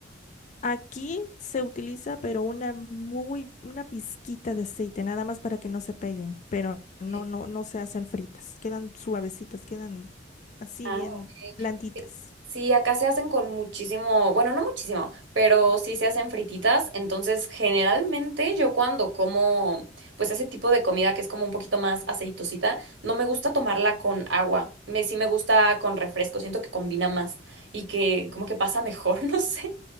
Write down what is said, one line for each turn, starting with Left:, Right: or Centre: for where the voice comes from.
Left: Aquí se utiliza, pero una muy, una pizquita de aceite, nada más para que no se peguen, pero no,
Right: eh,
Left: no, no se hacen fritas, quedan suavecitas, quedan así
Right: Ah,
Left: bien
Right: ok.
Left: blanditas.
Right: Eh, Sí, acá se hacen con muchísimo, bueno, no muchísimo, pero sí se hacen frititas. Entonces, generalmente yo cuando como, pues ese tipo de comida que es como un poquito más aceitosita, no me gusta tomarla con agua. Me, sí me gusta con refresco, siento que combina más y que como que pasa mejor, <laughs> no sé.